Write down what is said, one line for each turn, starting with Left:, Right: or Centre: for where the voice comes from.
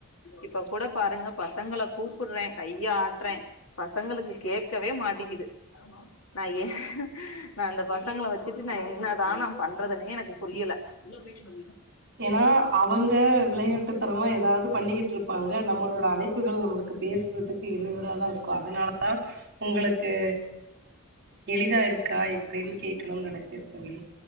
Left: இப்ப கூட பாருங்க பசங்கள கூப்புறேன் கை கைய ஆட்டுறேன் பசங்களுக்கு கேக்கவே மாட்டங்க்குது நான் ஏன் நான் அந்த பசங்கள வச்சுட்டு நான் என்னதான் நான் பண்றதுனே எனக்கு புரியல உள்ள பெய்டிஙா
Right: ஏன்னா அவங்க விளையாட்டு தனமா ஏதாவது பண்ணிக்கிட்டு இருப்பாங்க நம்மளோட அழைப் புகள் நம்மளுக்கு பேசுறதுக்கு இடையூரா தான் இருக்கும் அதனால அ உங்களுக்கு எளிதா இருக்கா எப் அப்டின்னு கேட்கணும்னு நினைத்தேன் தோழி